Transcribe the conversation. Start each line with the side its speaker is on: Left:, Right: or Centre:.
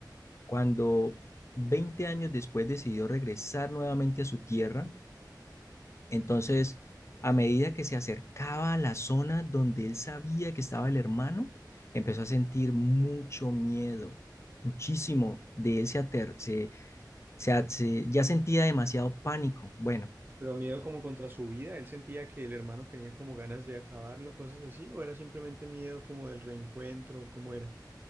Left: Cuando 20 años después decidió regresar nuevamente a su tierra, entonces, a medida que se acercaba a la zona donde él sabía que estaba el hermano, empezó a sentir mucho miedo, muchísimo. De él se, ater- se, se a- se- ya sentía demasiado pánico. Bueno,
Right: Pero miedo como contra su vida, él sentía que el hermano tenía como ganas de acabarlo, cosas así, o era simplemente miedo como del reencuentro, o cómo era.